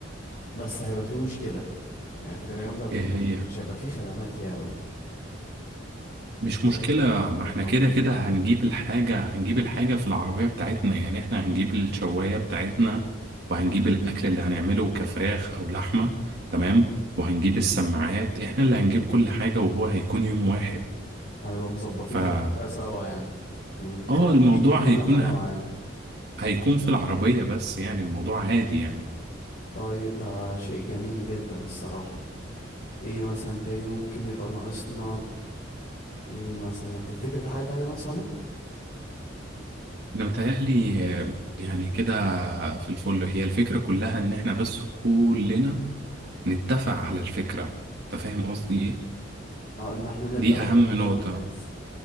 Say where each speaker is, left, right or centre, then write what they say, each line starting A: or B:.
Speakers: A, on the left; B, on the right.
A: بس هيبقى في مشكلة يعني فكرة جامدة وفي
B: ايه
A: مشكلة
B: هي
A: مش هيبقى في خدمات ياما
B: مش مشكلة
A: هيبقى في سوبر
B: ما احنا
A: ماركت
B: كده كده
A: بقى
B: هنجيب الحاجة هنجيب الحاجة في العربية بتاعتنا يعني احنا هنجيب الشواية بتاعتنا وهنجيب الأكل اللي هنعمله كفراخ أو لحمة تمام وهنجيب السماعات احنا اللي هنجيب كل حاجة وهو هيكون يوم واحد
A: هنبقى مظبطين
B: فا
A: كل حاجة سوا يعني م،
B: اه
A: رايحين
B: الموضوع
A: بكل
B: هيكون
A: حاجة معانا
B: هيكون في العربية بس يعني الموضوع عادي يعني
A: طيب ده شيء جميل جدا الصراحة ايه مثلا تاني ممكن يبقى ناقصنا ايه مثلا تفتكر في حاجة تانية ناقصانا
B: انا متهيألي آه، يعني كده في الفل هي الفكرة كلها ان احنا بس كلنا نتفق على الفكرة انت فاهم قصدي ايه؟
A: اه ان احنا نبدأ
B: دي
A: بقى
B: أهم
A: نبلغ
B: نقطة
A: الناس